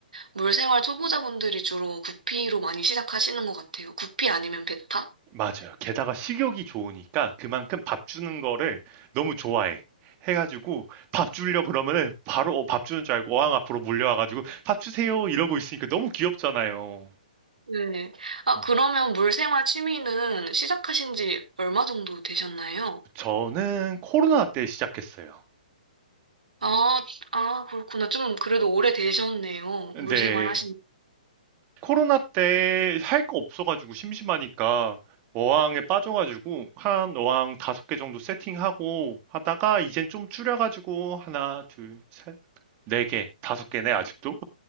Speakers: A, on the right (about 70°); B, on the right (about 30°).
A: 물생활 초보자분들이 주로 구피로 많이 시작하시는 것 같아요. 구피 아니면 베타?
B: 맞아요. 게다가 식욕이 좋으니까 그만큼 밥 주는 거를 너무 좋아해. 해 가지고 밥 주려 그러면은 바로 어 밥 주는 줄 알고 어항 앞으로 몰려와 가지고 "밥 주세요." 이러고 있으니까 너무 귀엽잖아요.
A: 네. 아,
B: 음
A: 그러면 물생활 취미는 시작하신 지 얼마 정도 되셨나요?
B: 저는 코로나 때 시작했어요.
A: 아, 아, 그렇구나. 좀 그래도 오래 되셨네요.
B: 근데
A: 물생활 하신.
B: 코로나 때 할 거 없어 가지고 심심하니까 어항에 빠져 가지고 한 어항 다섯 개 정도 세팅하고 하다가 이젠 좀 줄여 가지고 하나 둘 셋 네 개, 다섯 개네 아직도.